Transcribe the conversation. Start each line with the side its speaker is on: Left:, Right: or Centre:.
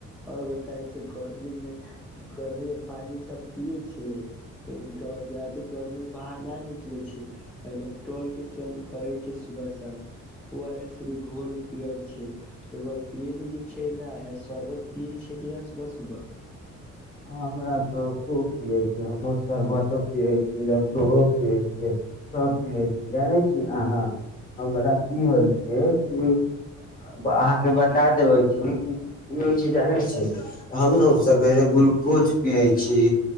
Centre: आओर बताय छै गर्मी मे गर्मी मे पानी सब पीए छै एकद जाादे गर्मी बाहर न निकले छै एहि लग ट्रोल के सेवन करे छै सुबह शाम ओ आर एस भी घोल पियल छै र पियए क छै शरबत पियै छै कि नहि सुबह सुबह
Left: हमरा तऽ खू पियै छै हमहूँ शरबतो पियैत छी लको पियै छै सभ पियैत छी जानै छी अहाँ हमरा की होइत छै कि अहाँके बता देबै छी कि की होइत छै जानैत छी हम ने सवेरे गुल कूछ पियै छी